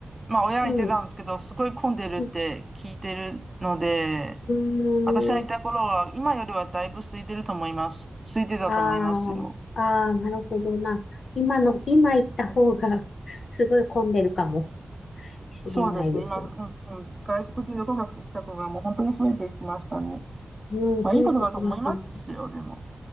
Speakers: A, on the right; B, on the left.
A: まあ親が言ってたんですけど、
B: うん、
A: すごい混んでるって聞いてるので、
B: うん、う
A: 私がいた頃は今よりはだいぶ空いてると思います。
B: ーん、
A: 空いてたと思いますよ。
B: ああ、ああ、なるほどな。今の、今行った方が <laughs> すごい混んでるかもしれないですね。
A: そうですね。今、うんうん、外国人旅行客がもう本当に増えてきましたね。
B: うん、
A: まあいいことだと思いますよ、
B: 増えてきますね。
A: でも。